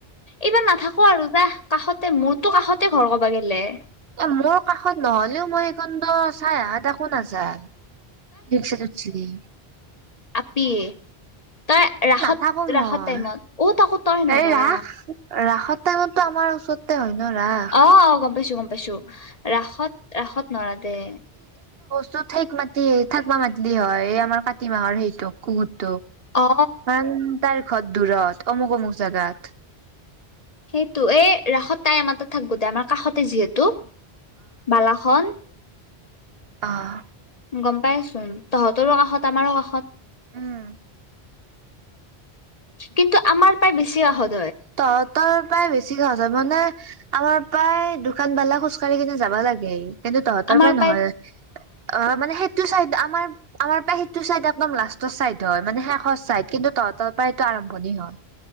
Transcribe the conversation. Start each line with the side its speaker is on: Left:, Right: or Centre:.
Left: এইবাৰ নাথাকো আৰু যা কাষতে মোৰতো
Right: সেইটো
Left: কাষতে ঘৰ কবা গেলে
Right: এ মোৰ কাষত নহলেও মই সখন চাই আহ এ ত কোন আছা <unintelligible>
Left: আপিয়ে তই ৰাসত
Right: নাথাকো মই
Left: ৰাসত টাইমত অ তাকো তই নৰা
Right: এই ৰাস ৰাসত টাইমতো আমাৰ ওচৰতে হয় ন ৰাস
Left: আহ আহ গম পাইছো গম পাইছো ৰাসত ৰাসত নৰা দে।
Right: টো ঠেক মাতি থাকিবা মাতিলি হয় এই আমাৰ কাতি মাহৰ সেইটো কত
Left: অ
Right: কাৰণ তাৰ খদ দুৰত অমুক অমুক জাগাত।
Left: সেইটো এই ৰাসত তাই আমাত থাক গো দে আমাৰ কাষতে যিহেতু বালাখন
Right: আহ
Left: গ'ম পাইচো তহঁতৰো কাষত আমাৰো কাষত
Right: উম।
Left: কিন্তু আমাৰ প্ৰাই বেছি আহত
Right: তহঁতৰ প্ৰায় বেছিকে <unintelligible> মানে আমাৰ প্ৰায় দোকানবালা খোজ কঢ়ি কিনে যাবা লাগে। কিন্তু তহঁতৰ
Left: আমাৰ
Right: পৰাই
Left: পাই
Right: নহল অ মানে সেই সটো চাই আমাৰ আমাৰ সেইটো চাইদ একদম লাষ্টৰ চাইদ হয় মানে শেষত ছাইদ কিন্তু তহতৰ পৰা সটো আৰম্ভণিৰ হয়